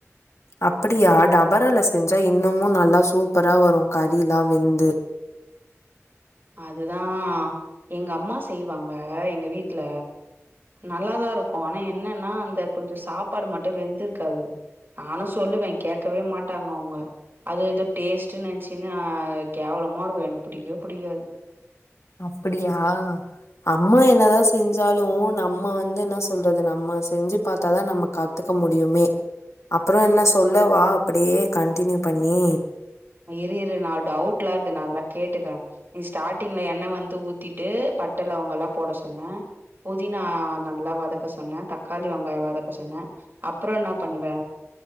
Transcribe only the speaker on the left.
அப்பிடியா டபரால செஞ்சா இன்னமு நல்லா சூப்பரா வரு கறிலா வெந்து
அப்படியா அம்மா என்னதா செஞ்சாலு நம்ம வந்து என்ன சொல்றது நம்ம செஞ்சு பாத்தாதா நமக்கது கத்துக்க முடியுமே அப்றோ என்ன சொல்லவா அப்டியே கண்டினியூ பண்ணி